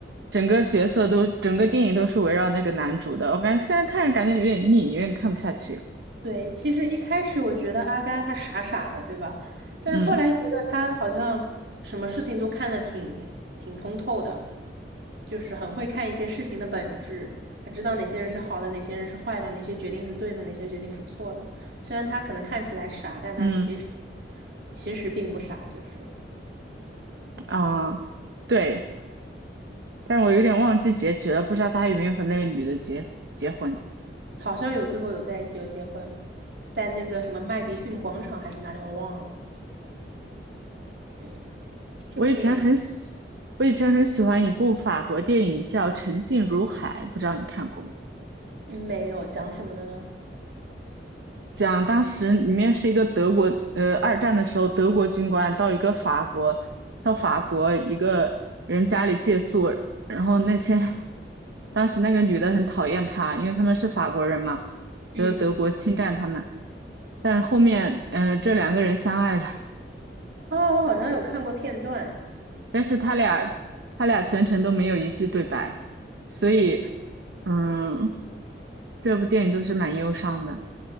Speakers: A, on the right; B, on the right.
A: 整个角色都整个电影都是围绕那个男主的。我感觉现在看着感觉有点腻，有点看不下去。
B: 对，其实一开始我觉得阿甘他傻傻的，对吧？但是后来觉得他好像什么事情都看得挺挺通透的，
A: 嗯
B: 就是很会看一些事情的本质，他知道哪些人是好的，哪些人是坏的，哪些决定是对的，哪些决定是错的。虽然他可能看起来傻，但他其实
A: 嗯
B: 其实并不傻，就是。
A: 啊，对，但是我有点忘记结局了，不知道他有没有和那个女的结结婚。
B: 好像有最后有在一起，有结婚，在那个什么麦迪逊广场还是哪里，我忘了。嗯，这部电影
A: 我以前很喜，我以前很喜欢一部法国电影叫《沉静如海》，不知道你看过没？
B: 嗯没有讲什么的呢？
A: 讲当时里面是一个德国，呃，二战的时候，德国军官到一个法国，到法国一个人家里借宿，然后那些当时那个女的很讨厌他，因为他们是法国人嘛，觉得德国侵占他们，
B: 嗯，
A: 但是后面，嗯、这两个人相爱了，
B: 哦，我好像有看过片段。
A: 但是他俩他俩全程都没有一句对白，所以。嗯，这部电影就是蛮忧伤的。